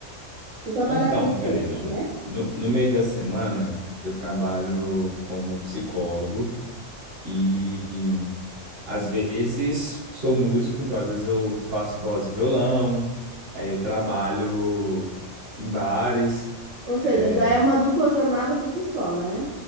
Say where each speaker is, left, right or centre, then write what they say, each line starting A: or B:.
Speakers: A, on the right; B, on the right.
A: Você trabalha
B: Então,
A: com o quê,
B: Karina,
A: né?
B: no, no meio da semana eu trabalho como psicólogo e, e às vezes sou músico, então às vezes eu faço voz e violão, aí eu trabalho em bares.
A: Ou seja,
B: eh,
A: já é uma dupla jornada por si só, né?